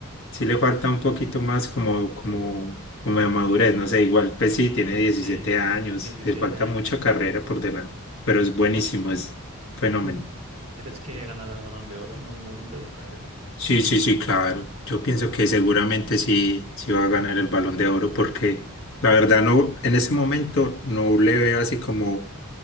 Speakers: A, on the left (about 60°); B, on the right (about 30°).
A: sí le falta un poquito más como, como, como de madurez, no sé, igual pues sí, tiene diecisiete
B: Sí,
A: años,
B: 17
A: le falta
B: años,
A: mucha carrera
B: sí.
A: por delante, pero es buenísimo,
B: ¿Crees,
A: es fenomenal.
B: ujú. crees que ganará el Balón de Oro en algún momento de su carrera?
A: Sí, sí, sí, claro. Yo pienso
B: Sí,
A: que seguramente sí, sí va a ganar el Balón de Oro porque la verdad no, en ese momento no le veo así como